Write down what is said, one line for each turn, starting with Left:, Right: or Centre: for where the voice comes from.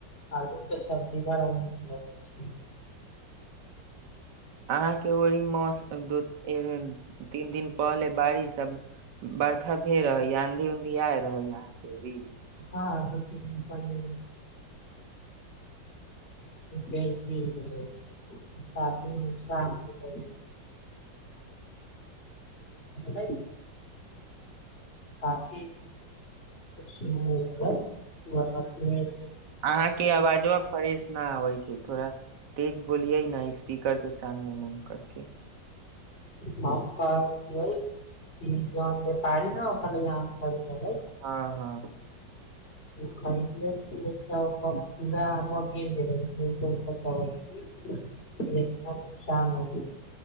Left: आलू के सब्जी बड़ा नीक लगै छै
Right: अहाँके ओहि मे तीन दिन पहले बारिश आ बरखा भेल रहै आंधी उंधी या रहै अहाँ के ओनी
Left: हँ दू तीन दिन पी गिर गेल काफी नुकसान होै ह काफी ह घ <unintelligible>
Right: अहाँके आवाजा फ्रेश नहि आबै छै। थोड़ा तेज बोकिये न स्पीकर के सामने मुँह करके
Left: हम जे खाइ छी, जे पिबै छी ओहि खाइ छी।
Right: हँ हँ
Left: खरीदलऽ पूरा आ गिर गेलना नुकसान होत